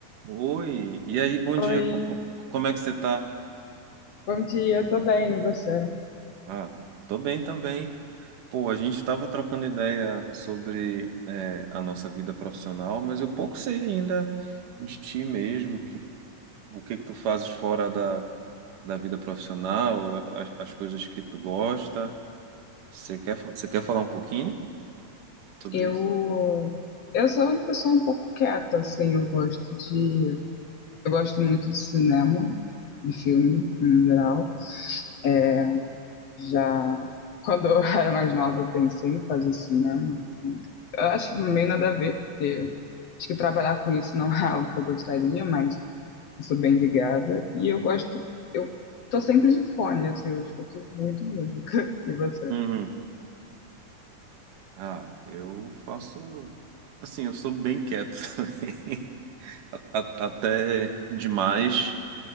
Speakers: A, on the right; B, on the left.
A: Oi, e aí, bom
B: Oi,
A: dia, co- co- como é que você tá?
B: bom dia, tô bem, e você?
A: Ah, tô bem também. Pô, a gente tava trocando ideia sobre é, a nossa vida profissional, mas eu pouco sei ainda de ti mesmo, que, o que que tu fazes fora da, da vida profissional, as, as coisas que tu gosta. Você quer, fa- você quer falar um pouquinho sobre
B: Eu,
A: isso?
B: eu sou uma pessoa um pouco quieta, assim, eu gosto de, eu gosto muito de cinema, de filme, no geral. É, já, quando eu <laughs> era mais nova, eu pensei em fazer cinema, assim. Eu acho meio nada a ver, porque acho que trabalhar com isso não <laughs> é algo que eu gostaria, mas eu sou bem ligada, e eu gosto, eu tô sempre de fone, assim, eu escuto muito música, <laughs> e você?
A: Uhum. Ah, eu faço. Assim, eu sou bem quieto <laughs> também. A- a- Até demais.